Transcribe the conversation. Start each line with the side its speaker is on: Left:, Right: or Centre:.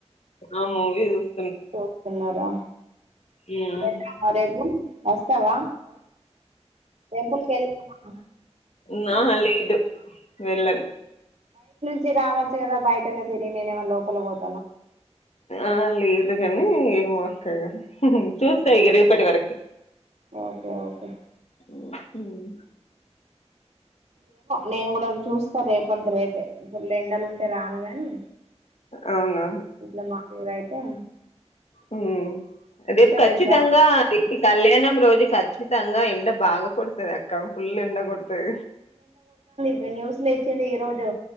Left: ఆహ్ మూవీ యూస్
Right: ఇసోస్తున్నారా
Left: ఉమ్.
Right: బెండమా రేపు వస్తావా టెంపుల్ కి వెళ్దామా
Left: నా
Right: ఆ,
Left: లేదు వెళ్ళను
Right: చీ రావచ్చు గదా బయటనే తిరి నేనేవన్ లోపల బోత్
Left: ఆ లేదు గాని ఏమో అక్క ఇగా చూస్తే ఇగా
Right: ఉమ్.
Left: రేపటి వరకి
Right: ఓకే ఓకే
Left: ఉహూహ్
Right: నేన్ గూడా చూస్తా రేపడ్ది రేపే ఇలా ఎంండలు ఉంటే రాను గాని,
Left: అవునా
Right: ఇట్లా మావూల్గా అయితే
Left: ఉహుహ్ రేపు
Right: అయితే
Left: ఖచ్చితంగా
Right: వెళ్తా
Left: ఏటి కళ్యామున్ రోజు ఖచ్చితంగా ఎండ బాగా కొడుడతది అక్క, ఫుల్ ఎండ కొడుతది.
Right: ఈ న్యూస్ లో ఇచ్చిండు. ఈ రోజు